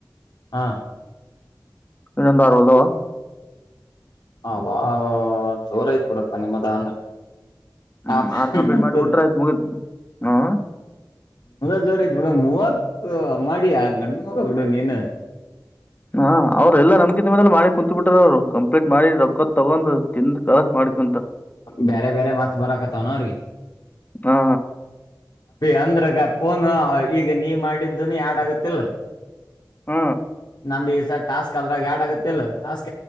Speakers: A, on the left; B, on the left.
A: ಹಾ
B: ಇನ್ನೊಂದ ಆರ ಉಳದವ.
A: ಅಬ್ಬಾ ಅಬ್ಬಬ್ಬಾ ಜೋರ ಐತ ಬಿಡಪ್ಪ ನಿಮ್ಮದ ಅಂದ್ರ.
B: ಹ್ಮ್
A: ಆಪ್ಷನ್
B: ಆರ್ ಕಂಪ್ಲೀಟ್
A: ಆಗ್ತದ
B: ಮಾಡಬಿಟ್ರ ಆಯ್ತ ಮುಗಿತ ಹ್ಮ.
A: ರ ಐತ ಬಿಡ ಮೂವತ್ತ ಮಾಡಿಯ ಗಂಡಮಗಾ ಬಿಡು ನೀನ.
B: ಹಾ ಅವರೆಲ್ಲ ನಮ್ಕಿಂತ ಮದಲ ಮಾಡಿ ಕುತ್ಬಿಟ್ರ ಅವ್ರು ಕಂಪ್ಲೀಟ್ ಮಾಡಿ ರೊಕ್ಕ. ತಗೊಂಡ್ ತಿಂದ್ ಕಲಸ್ ಮಾಡಿ ಕುಂತಾರ
A: ಬ್ಯಾರೆ ಬ್ಯಾರೆ ಮತ್ತ ಬರಕತ್ತವನ ಅವ್ರಿಗೆ.
B: ಹಾ
A: ಅಂದ್ರಗ ಪೋನು ಈಗ ನೀ ಮಾಡಿದ್ದುನು ಯಾಡ್ ಆಗತ್ತಿಲ್ಲ
B: ಹ್ಮ
A: ನಂದ್ ಈ ಸಲ ಟಾಸ್ಕ್ ಅದ್ರಗ ಯಾಡ್ ಆಗುತ್ತಿಲ್ಲ ಟಾಸ್ಕ್